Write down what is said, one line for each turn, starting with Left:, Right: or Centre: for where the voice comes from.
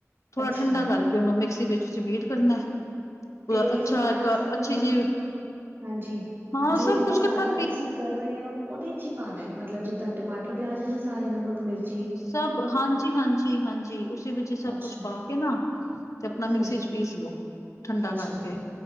Left: ਥੋੜ੍ਹਾ
Right: ਅੱਛਾ
Left: ਠੰਡਾ ਕਰਕੇ ਉਹਨੂੰ ਮਿਕਸੀ ਵਿੱਚ ਤੁਸੀਂ ਬੀਟ ਕਰਨਾ ਹੈ।
Right: ਤੇ ਇਹ
Left: ਅੱਛਾ
Right: ਸਾਰਾ
Left: ਏਕ
Right: ਸਮਾਨ
Left: ਅੱਛੀ ਜੀ,
Right: ਹਾਂਜੀ,
Left: ਹਾਂ
Right: ਜੋ
Left: ਸਭ
Right: ਇਹ ਮਸਾਲਾ
Left: ਕੁਛ ਕੱਠਾ
Right: ਤੁਸੀਂ ਕਰ ਰਏ ਹੋ ਉਹਦੇ ਇੱਚ ਹੀ ਪਾਣਾ ਏ ਮਤਲਬ ਜਿੱਦਾਂ ਟਮਾਟਰ ਪਿਆਜ ਹਿਜ਼ ਹੀ ਸਾਰੇ ਨਮਕ ਮਿਰਚ?
Left: ਸਬ ਹਾਂਜੀ-ਹਾਂਜੀ-ਹਾਂਜੀ ਉਸੀ ਵਿੱਚ ਹੀ ਸਭ
Right: ਅੱਛਾ,
Left: ਕੁਛ ਪਾ ਕੇ ਨਾ ਤੇ ਅਪਣਾ ਮਿਕਸੀ
Right: ਹਾਂਜੀ,
Left: ਚ ਪੀਸ ਲੋੋ। ਠੰਡਾ
Right: ਅੱਛਾ
Left: ਕਰਕੇ,
Right: ਜੀ,